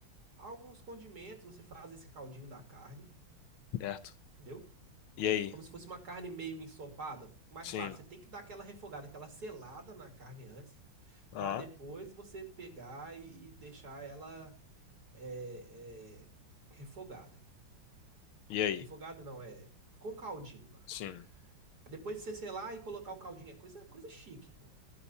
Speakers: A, on the right; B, on the left.
A: alguns condimentos, você faz esse caldinho da carne.
B: certo.
A: entendeu?
B: E aí?
A: Como se fosse uma carne meio ensopada. Mas
B: Sim.
A: claro, você tem que dar aquela refogada, aquela selada na carne antes,
B: Ah,
A: para depois você pegar e, e deixar ela é, é, refogada.
B: e aí?
A: Refogada não, é com caldinho lá.
B: Sim.
A: Depois de você selar e colocar o caldinho, é coisa, coisa chique, pô.